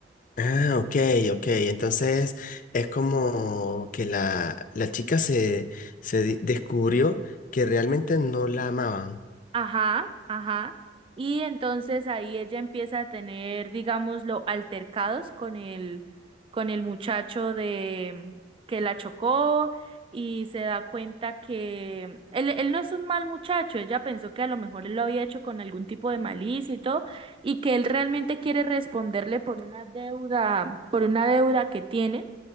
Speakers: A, on the left; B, on the right.
A: Ah, ok, ok. Entonces es como que la, la chica se, se di- descubrió que realmente no la amaban.
B: Ajá, ajá. Y entonces ahí ella empieza a tener, digámoslo, altercados con el, con el muchacho de que la chocó y se da cuenta que él, él no es un mal muchacho, ella pensó que a lo mejor él lo había hecho con algún tipo de malicia y todo, y que él realmente quiere responderle por una deuda, por una deuda que tienen